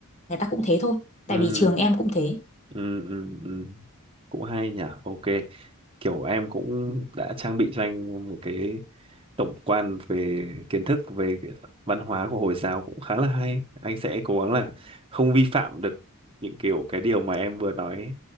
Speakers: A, on the left; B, on the right.
A: người ta cũng thế thôi tại
B: ừ
A: vì trường em cũng thế
B: ừ ừ ừ. cũng hay nhỉ ok kiểu em cũng đã trang bị cho anh một cái tổng quan về kiến thức về cái văn hóa của Hồi giáo cũng khá là hay anh sẽ cố gắng là không vi phạm được những kiểu cái điều mà em vừa nói ấy